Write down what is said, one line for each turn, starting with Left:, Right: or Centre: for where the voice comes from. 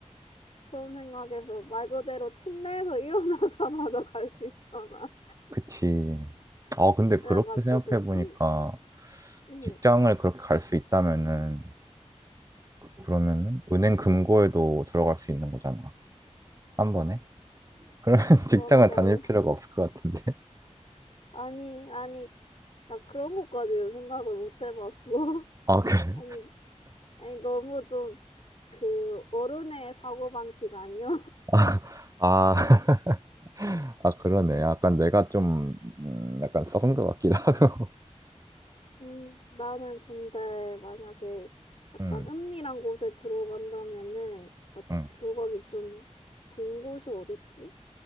Left: 그런 생각에서 말 그대로 침대에서 <laughs> 일어나자마자 갈 수 있잖아.
Right: 그치. 아, 근데
Left: 그래가지고
Right: 그렇게 생각해보니까
Left: 응? 응.
Right: 직장을 그렇게 갈 수 있다면은 그- 그러면은 은행 금고에도 들어갈 수 있는 거잖아. 한 번에. 그러면 <laughs>
Left: 그런데
Right: 직장을 다닐 필요가 없을 것 같은데. <laughs>
Left: 아니 아니 나 그런 것까지는 생각을 못 해봤어.
Right: 아, 그래?
Left: <laughs> 아니 아니 너무 좀 그 어른의 사고방식 아니야?
Right: 아, 아, <laughs> 아, 그러네. 약간 내가 좀 음, 약간 썩은 것 같기도 <laughs> 하고.
Left: 음, 나는 근데 만약에 약간
Right: 응,
Left: 은밀한 곳에 들어간다면은 어,
Right: 응.
Left: 들어가기 좀 좋은 곳이 어딨지?